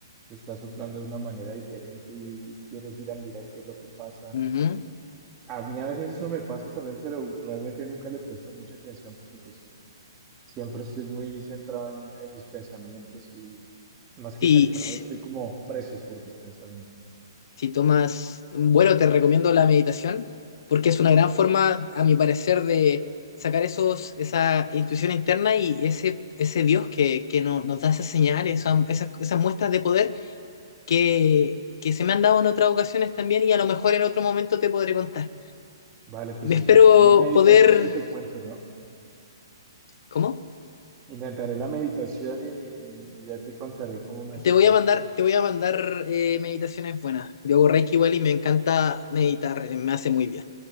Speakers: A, on the right (about 25°); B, on the left (about 60°).
A: está soplando de una manera diferente y quieres ir a mirar qué es lo que pasa.
B: ajá.
A: A mí a veces eso me pasa también, pero realmente nunca le presto mucha atención porque pues siempre estoy muy centrado en, en mis pensamientos y más que
B: Si,
A: centrado,
B: si,
A: estoy como preso por mis pensamientos.
B: si tomas un vuelo, te recomiendo la meditación porque es una gran forma, a mi parecer, de sacar esos, esa intuición interna y ese, ese Dios que, que no- nos da esas señales, esa- esas, esas muestras de poder que, que se me han dado en otras ocasiones también y a lo mejor en otro momento te podré contar.
A: Vale, pues
B: Me
A: intentaré
B: espero
A: la meditación
B: poder...
A: y te cuento, ¿no?
B: ¿Cómo?
A: Intentaré la meditación y, y ya te contaré cómo me fue
B: Te voy
A: con
B: a mandar,
A: eso.
B: te voy a mandar eh, meditaciones buenas. Yo hago Reiki igual y me encanta meditar, eh, me hace muy bien.